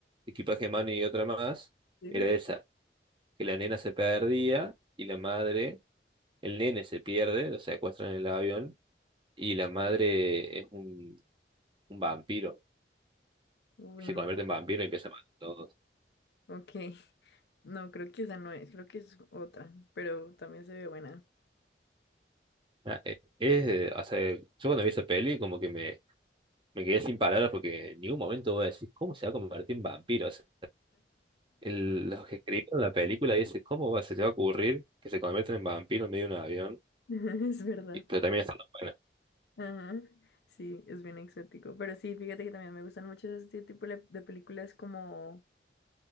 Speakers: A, on the right; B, on the left.
A: Equipaje de Mano y otra más.
B: Sí.
A: Era esa, que la nena se perdía y la madre, el nene se pierde, lo secuestran en el avión y la madre es un un vampiro.
B: Uy,
A: se
B: no.
A: convierte en vampiro y empieza a matar a todos.
B: Ok. No, creo que esa no es, creo que es otra, pero también se ve buena.
A: Ah, eh, Es, eh, o sea, yo cuando vi esa peli como que me, me quedé sin palabras porque en ningún momento voy a decir, ¿cómo se va a convertir en vampiro? O sea, el- los que escribieron la película dicen, ¿cómo va, se te va a ocurrir que se conviertan en vampiro en medio de un avión?
B: <laughs> Es verdad.
A: Y- pero también está buena.
B: Ajá. Sí, es bien exótico. Pero sí, fíjate que también me gustan mucho este tipo de de películas como,